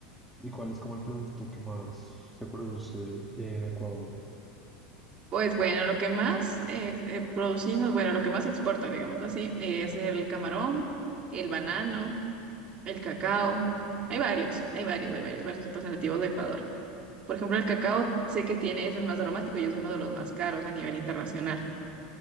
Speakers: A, in the centre; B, on the right.
A: ¿Y cuál es como el producto que más se produce en Ecuador?
B: Pues bueno, lo que más eh, ex- eh, producimos, bueno, lo que más exporta, digamos así, es el camarón, el banano, el cacao. Hay varios, hay varios, hay varios, varios representativos de Ecuador. Por ejemplo, el cacao sé que tiene, es el más aromático y es uno de los más caros a nivel internacional.